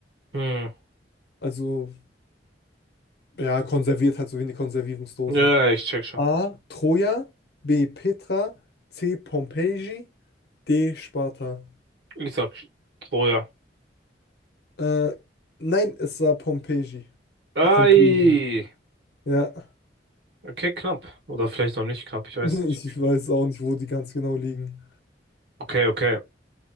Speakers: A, on the right; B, on the left.
A: Hm.
B: Also, ja, konserviert halt so wie eine Konservierungsdose.
A: Ja, ich check schon.
B: A. Troja, B. Petra, C. Pompeji, D. Sparta.
A: Ich sag Troja.
B: Äh, nein, es war Pompeji.
A: Ei.
B: Pompeji. Ja,
A: Okay, knapp. Oder vielleicht noch nicht knapp, ich
B: <laughs>
A: weiß nicht.
B: ich weiß auch nicht, wo die ganz genau liegen.
A: Okay, okay.